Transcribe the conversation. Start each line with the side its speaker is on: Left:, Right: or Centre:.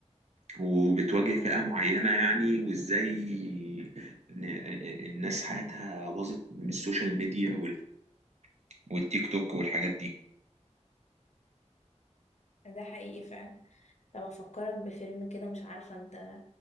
Right: وبتواجه
Left: امم
Right: فئة معينة
Left: ده حقيقي
Right: يعني وإزاي إن- الناس حياتها باظت من السوشيال ميديا وال- والتيك توك والحاجات دي
Left: ده حقيقي فعلا طب افكرك بفيلم كده مش عارفة انت